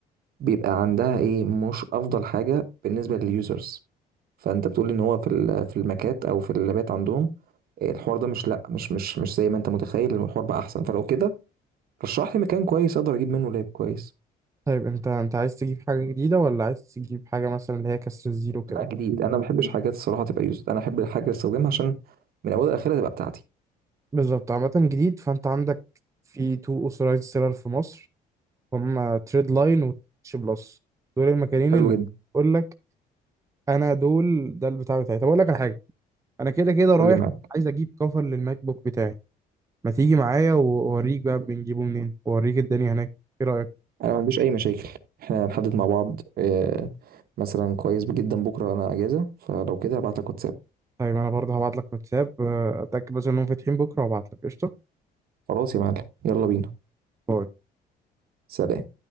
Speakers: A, on the right; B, on the right.
A: بيبقى عندها ايه مش افضل حاجه بالنسبه لليوزرز فانت بتقول ان هو في ال- في الماكات او في اللابات عندهم آه، الحوار ده مش لا مش مش مش زي ما انت متخيل الحوار بقى احسن فلو كده رشح لي مكان كويس اقدر اجيب منه لاب كويس
B: طيب انت انت عايز تجيب حاجة جديدة ولا عايز تجيب حاجة مثلا اللي هي كسر الزيرو كده
A: لا جديد انا ما بحبش حاجات الصراحه تبقى يوزد انا احب الحاجه اللي استخدمها عشان من اولها لاخرها تبقى بتاعتي
B: بالظبط عامة جديد فانت عندك في تو اوثورايزد سيلر في مصر هم تريد لاين وتش بلس دول المكانين
A: حلو
B: اللي
A: جدا
B: بقول لك انا دول ده البتاع بتاعي طب اقول لك على حاجة انا كده كده
A: قول
B: رايح
A: لي معاك
B: عايز اجيب كفر للماك بوك بتاعي ما تيجي معايا واوريك بقى بنجيبه منين واوريك الدنيا هناك ايه رأيك
A: انا ما عنديش اي مشاكل احنا هنحدد مع بعض آه، مثلا كويس جدا بكره انا اجازه فلو كده هبعت لك واتساب
B: طيب انا برضه هبعت لك واتساب اه، اتاكد بس انهم فاتحين بكرة وابعت لك قشطة
A: خلاص يا معلم يلا بينا
B: باي.
A: سلام